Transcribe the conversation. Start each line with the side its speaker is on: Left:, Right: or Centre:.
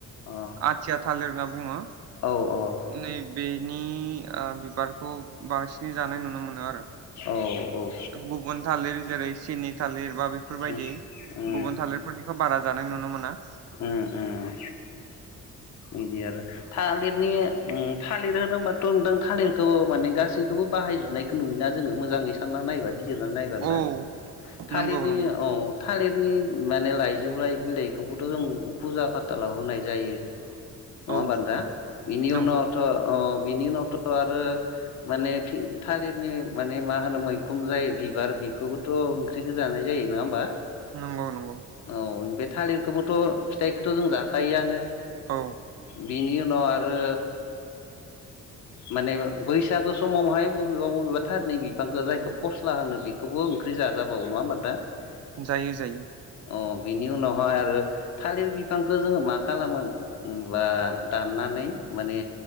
Left: अ
Right: आथिया थालिर होनना बुङो।
Left: औ औ ओ
Right: नै बेनि बिबार बु बांसिनै जानाय नुनो मोनो आरो
Left: औ औ
Right: गुबुन थालिर जेरै सिनि थालिर बा बेफोरबायदि
Left: उम उम
Right: गुबुन थालिरफोरनिखौ बारा जानाय नुनो मोना
Left: उम उम‌ बिदि आरो थालिरनि उम थालिर होनोबोबाथ' नोंथां थालिरखौ माने गासैखौबो बाहायजोबनायखौ नुयोना जोङो। मोजाङै सानना नायबा जिरना नायबा नोंथा
Right: औ
Left: थालिरनि
Right: नंगौ नंगौ
Left: अ थालिर माने लाइजौलाय बिलाइखौबो थ' जों फुजा फाथालाव होनाय जायो। नङा
Right: औ
Left: हीबा नोंथां बिनि
Right: नंगौ
Left: उनावथ' आं बिनि उनावथ' आरो माने थालिरनि माने मा होनो मैखुन जाय बिबार बेखौबोथ' ओंख्रिखौ जानाय जायो नङा होमबा?
Right: नंगौ नंगौ
Left: औ बे थालिर खौबोथ' फिथाइखौथ' जों जाखायोआनो
Right: औ
Left: बिनि उनाव आरो माने बैसागो समावहाय बबेबा-बबेबा थालिरनि बिफांखौ जायखौ फस्ला होनो बेखौबो ओंख्रि जाजाबावो नङा होमबा नोंथां अ
Right: जायो जायो
Left: बिनि उनाव <unintelligible> थालिर बिफांखौ जोङो मा खालामो होनबा दाननानै माने